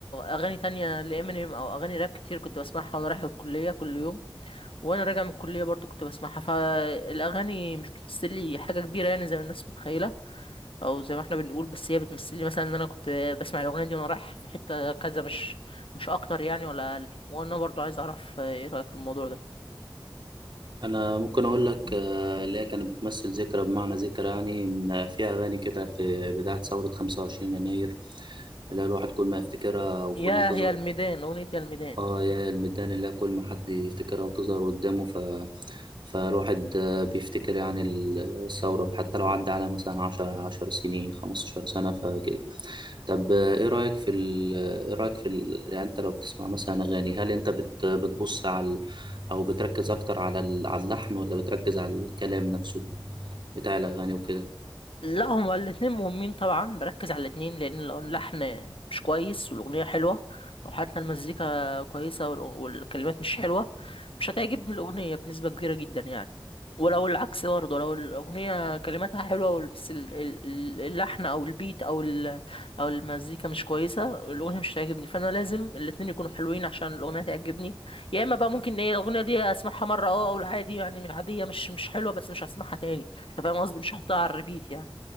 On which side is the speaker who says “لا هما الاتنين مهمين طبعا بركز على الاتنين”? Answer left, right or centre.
Left